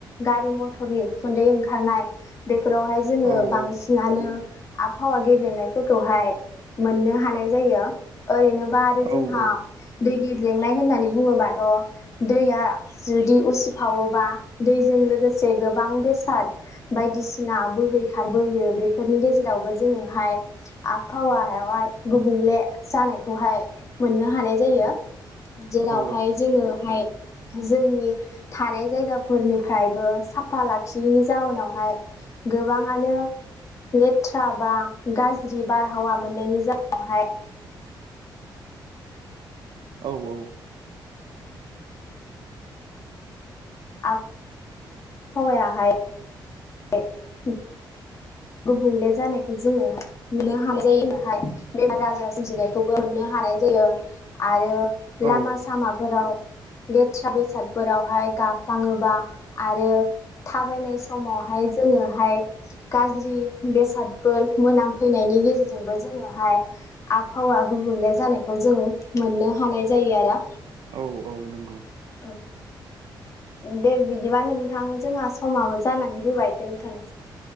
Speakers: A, on the left; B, on the right.
A: गारि मथरनि उखुन्दै ओंखारनाय बेफोरावहाय जोंङो
B: औ
A: बांसिनानो
B: औ
A: आबहावा गेबेंनायफोरखौहाय मोननो हानाय जायो ओरैनोबा आरो
B: औ
A: जोंहा
B: औ
A: दै गिद लेंनाय होननानै बुंङोबाथ' दैया जुदि उसिफावोबा दैजों लोगोसे गोबां बेसाद बायदिसिना बोहैखारबोयो बेफोरनि गेजेरावबो जोंङोहाय आबहावायावहाय गुबुंले जानायखौहाय मोननो हानाय जायो। जेरावहाय
B: औ
A: जोंङोहाय जोंनि थानाय जायगा फोरनिफ्रायबो साफा लाखियैनि जाउनावहाय गोबांङानो लेथ्रा बा गाज्रि बारहावा मोननायनि जाहोनावहाय
B: औ औ
A: आब हावायाहाय द <unintelligible> गुबुंले जानायखौ जोंङो मोननो हानाय जायो बेहाय बेमार आजार सोरोमजिनायखौबो मोननो हानाय जायो आरो
B: औ
A: लामा सामा फोराव लेथ्रा बेसादफोरावहाय गाफ्लांङोबा आरो थाबायनाय समावहाय जोंङोहाय गाज्रि बेसादफोर मोनामफैनायनि गेजेरजोंबो जोंङोहाय आबहावा गुबुंले जानायखौ जों मोननो हानाय जायो आरो।
B: औ औ नंगौ
A: औ दे बिदिबा नोंथां जोंहा समाबो जानानै फोबाय दोन्थ'नोसै